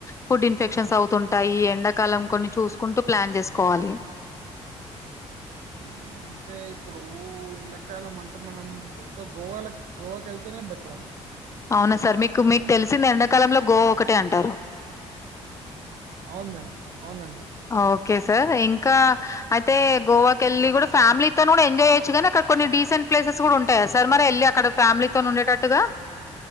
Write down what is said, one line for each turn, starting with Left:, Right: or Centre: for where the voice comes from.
Left: ఫుడ్ ఇన్ఫెక్షన్స్ అవుతుంటాయి ఎండ కాలం కొన్ని చూసుకుంటూ ప్లాన్ చేసుకోవాలి
Right: ఉమ్ అంటే ఇప్పుడు ఎండాకాలం అంటే మనం ఎక్కువ గోవాల గోవాకి వెళ్తేనే బెటర్ అం
Left: అవునా సార్ మీకు మీకు తెలిసింది ఎండాకాలంలో గోవ ఒకటే అంటారు
Right: అవును మేడం అవునండి.
Left: ఓకే సార్ ఇంకా అయితే గోవా వెళ్ళి కూడా ఫ్యామిలితో కూడా ఎంజాయ్ చేయ్యచ్చు కానీ అడ కొన్ని డిసెంట్ ప్లేసెస్ కూడా ఉంటాయా సార్ మరి వెళ్ళి అక్కడ ఫ్యామిలీతో ఉండ టట్టుగా